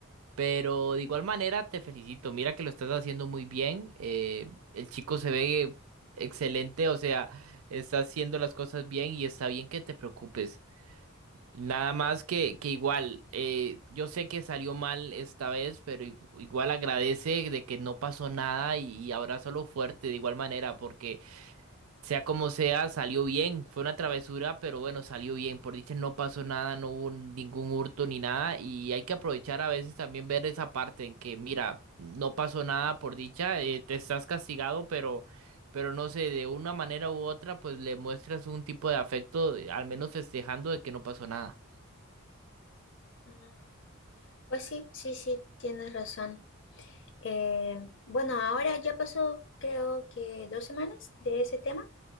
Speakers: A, on the right (about 75°); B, on the left (about 60°).
A: Pero de igual manera te felicito, mira que lo estás haciendo muy bien, eh, el chico se ve excelente, o sea, está haciendo las cosas bien y está bien que te preocupes. Nada más que, que igual, eh, yo sé que salió mal esta vez, pero i- igual agradece de que no pasó nada y, y abrázalo fuerte de igual manera, porque sea como sea, salió bien. Fue una travesura, pero bueno, salió bien. Por dicha no pasó nada, no hubo ningún hurto ni nada. Y hay que aprovechar a veces también ver esa parte en que, mira, no pasó nada por dicha, eh, te estás castigado, pero, pero no sé, de una manera u otra, pues le muestras un tipo de afecto, eh, al menos festejando de que no pasó nada.
B: Mm, Pues sí, sí, sí, tienes razón. Eh, bueno, ahora ya pasó creo que dos semanas de ese tema.